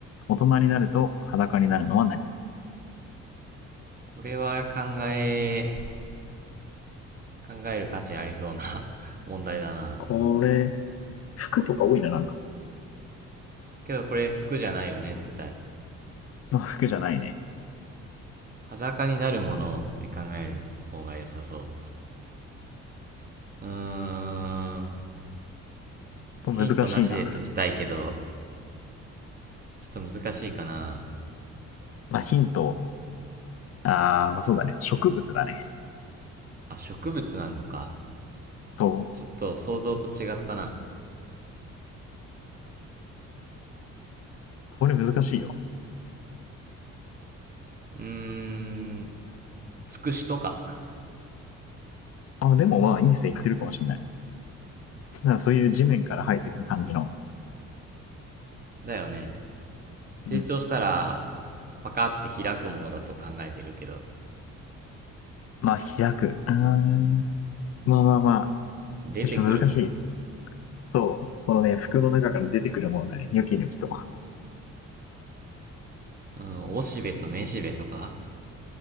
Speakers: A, on the left; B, on the right.
A: 大人になると裸になるのは何
B: これは考え、考える価値ありそうな <laughs> 問題だな。
A: これ、服とか多いな、なんか。
B: けどこれ服じゃないよね、絶対。
A: まあ服じゃないね。
B: 裸になるものって考える方が良さそう。うーん。
A: 難しいな。
B: ヒントなしで解きたいけど、ちょっと難しいかな。
A: まあヒント、あー、まあそうだね。植物だね。
B: あ、植物なんのか。
A: そう。
B: ちょっと想像と違ったな。
A: これ難しいよ。
B: うーん、つくしとか。
A: あ、でもまあいい線いってるかもしれない。だからそういう地面から生えてくる感じの。
B: だよね。
A: うん。
B: 成長したら、パカって開くものだと考えてるけど、
A: まあ開く。あーまあまあまあ。
B: 出てくるもの。
A: ちょっと難しい。そう、そのね、服の中から出てくるものだね。ニョキニョキと。
B: うん、おしべとめしべとか